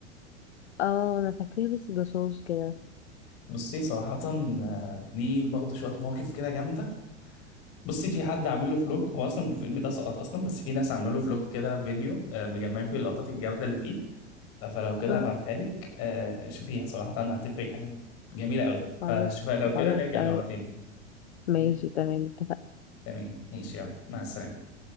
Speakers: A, on the left; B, on the left.
A: اه انا فاكراه بس ده شوش كده
B: بصي صراحة آه ليه برضه شوية مواقف كده جامدة بصي في حد عامل له فلوج هو اصلا الفيلم ده سقط اصلا بس في ناس عامله له فلوج كده فيديو آه مجمعين فيه اللقطات الجامدة اللي فيه آه، فلو كده
A: اه
B: هبعتها لك آه شوفيها صراحة هتفرق يعني جميلة قوي
A: خلاص
B: فشوفها لو كده
A: خلاص
B: نرجع
A: تمام
B: نقعد تاني
A: ماشي
B: تمام
A: تمام اتفقنا
B: تمام ماشي يلا مع السلامة